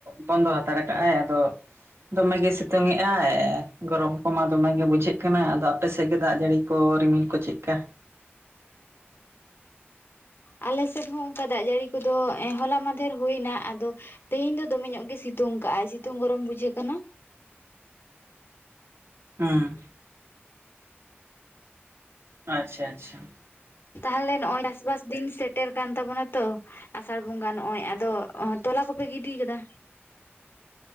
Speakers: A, on the right; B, on the left.
A: ᱵᱚᱱᱫᱚ ᱦᱟᱛᱟᱲ ᱠᱟᱜ ᱟᱭ ᱟᱫᱚ ᱫᱚᱢᱮ ᱜᱮ ᱥᱤᱛᱩᱝ ᱮ ᱟᱭ ᱜᱚᱨᱚᱢ ᱠᱚᱢᱟ ᱫᱚᱢᱮ ᱜᱮ ᱵᱩᱡᱷᱟᱹᱜ ᱠᱟᱱᱟ, ᱟᱫᱚ ᱟᱯᱮ ᱥᱮᱫ ᱜᱮ ᱫᱟᱜ ᱡᱟᱹᱲᱤ ᱠᱚ ᱨᱤᱢᱤᱞ ᱠᱚ ᱪᱮᱫ ᱞᱮᱠᱟ?
B: ᱟᱞᱮ ᱥᱮᱫ ᱦᱚᱸ ᱚᱱᱠᱟ ᱫᱟᱜ ᱡᱟᱹᱲᱤ ᱠᱚᱫᱚ ᱮᱸ ᱦᱚᱞᱟ ᱢᱟᱫᱫᱷᱮᱨ ᱦᱩᱭ ᱮᱱᱟ ᱟᱫᱚ ᱛᱮᱦᱮᱧ ᱫᱚ ᱫᱚᱢᱮ ᱧᱚᱜ ᱜᱮ ᱥᱤᱛᱩᱝ ᱠᱟᱜᱼᱟᱭ ᱥᱤᱛᱩᱝ ᱜᱚᱨᱚᱢ ᱵᱩᱡᱷᱟᱹᱜ ᱠᱟᱱᱟ ᱾
A: ᱦᱩᱸ ᱾ ᱟᱪᱪᱷᱟ, ᱟᱪᱪᱷᱟ ᱾
B: ᱛᱟᱦᱚᱞᱮ ᱱᱚᱜᱼᱚᱭ ᱪᱟᱥ ᱵᱟᱥ ᱫᱤᱱ ᱥᱮᱴᱮᱨ ᱠᱟᱱ ᱛᱟᱵᱚᱱᱟ ᱛᱚ ᱟᱥᱟᱲ ᱵᱚᱸᱜᱟ ᱱᱚᱜᱼᱚᱭ ᱟᱫᱚ <unintelligible> ᱛᱚᱞᱟ ᱠᱚᱯᱮ ᱜᱤᱰᱤ ᱠᱟᱫᱟ?